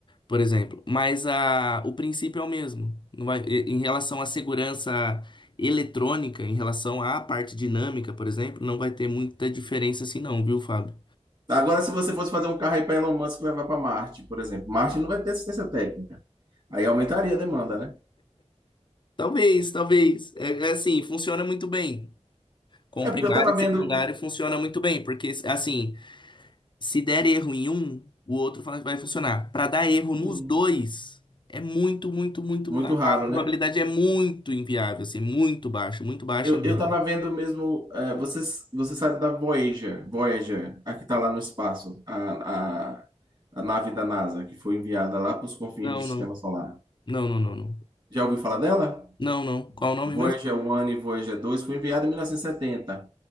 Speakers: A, on the left (about 40°); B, on the right (about 40°).
A: por exemplo. Mas a, o princípio é o mesmo. Não vai, e- em relação à segurança eletrônica, em relação à parte dinâmica, por exemplo, não vai ter muita diferença assim, não, viu, Fábio?
B: Agora, se você fosse fazer um carro aí para Elon Musk levar para Marte, por exemplo, Marte não vai ter assistência técnica. Aí aumentaria a demanda, né?
A: Talvez, talvez. É, é assim, funciona muito bem. Com
B: É
A: primário
B: porque eu estava vendo.
A: e secundário funciona muito bem, porque assim, se der erro em um, o outro fa- vai funcionar. Para dar erro
B: Sim,
A: nos dois, é muito, muito, muito.
B: muito
A: A a
B: raro,
A: probabilidade
B: né?
A: é muito inviável, assim, muito baixa, muito baixa
B: Eu,
A: mesmo.
B: eu tava vendo mesmo. eh, você, você sabe da Voyager, Voyager, a que tá lá no espaço, a, a, a nave da NASA, que foi enviada lá para os confins
A: Não,
B: do Sistema
A: não.
B: Solar.
A: Não, não, não, não.
B: Já ouviu falar dela?
A: Não, não. Qual o nome
B: Voyager
A: mesmo?
B: 1 e Voyager dois foi enviada em mil novecentos e setenta